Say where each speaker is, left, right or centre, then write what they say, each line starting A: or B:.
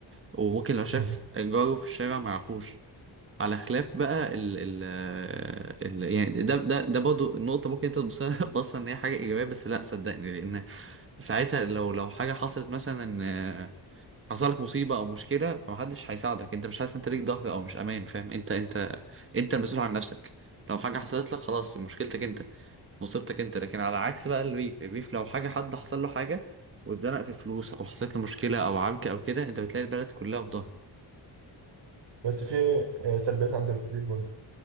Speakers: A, on the right (about 30°); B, on the right (about 85°).
A: وممكن لو شاف
B: امم
A: جاره في الشارع ما يعرفوش على خلاف بقى ال ال ال يعني ده ده ده برضه نقطة ممكن أنت تبصها <laughs> بص إن هي حاجة إيجابية بس لأ صدقني لأن ساعتها لو لو حاجة حصلت مثلا حصل لك مصيبه او مشكله فمحدش هيساعدك انت مش حاسس انت ليك ظهر او مش امان فاهم انت انت انت المسؤول عن نفسك لو حاجه حصلت لك خلاص مشكلتك انت مصيبتك انت لكن على عكس بقى الريف الريف لو حاجه حد حصل له حاجه واتزنق في فلوس او حصلت له مشكله او عركه او كده انت بتلاقي البلد كلها في ظهره
B: بس في آه، سلبيات عند الريف برضه